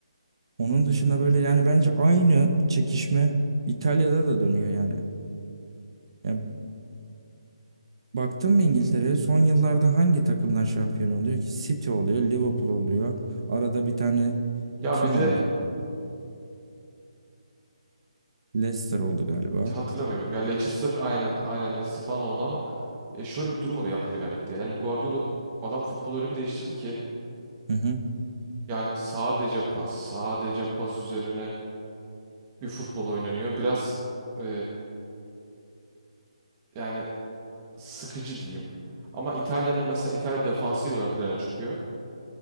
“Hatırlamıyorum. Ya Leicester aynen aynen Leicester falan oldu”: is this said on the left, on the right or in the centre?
Right